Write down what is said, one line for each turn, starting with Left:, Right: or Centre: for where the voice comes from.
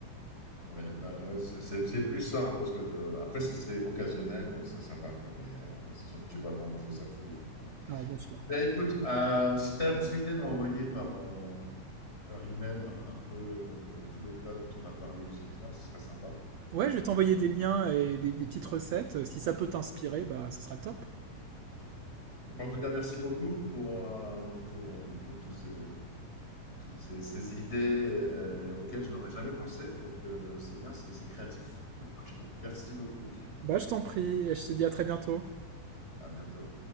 Left: Ouais, bah, ouais, c'est c'est- c'est plus ça, hein, parce que euh, après, si c'est occasionnel, ça, ça va, quoi. Mais euh, c'est sûr que tu ne vas pas manger ça tous les jours. quoi.
Right: Ouais, bien sûr.
Left: Ben écoute, euh, si tu as la possibilité de m'envoyer par, euh, par email un, un peu euh, tous les plats dont on a parlé égyptiens, ce serait sympa.
Right: Ouais, je vais t'envoyer des liens et des, des petites recettes. Si ça peut t'inspirer, bah, ça sera top.
Left: Bon, en tout cas, merci beaucoup pour, euh, pour, euh, pour tous ces- toutes ces, ces idées euh, auxquelles je n'aurais jamais pensé. Donc, euh, c'est bien, c'est c'est créatif. <laughs> Merci beaucoup.
Right: Bah, je t'en prie, je te dis à très bientôt.
Left: À bientôt.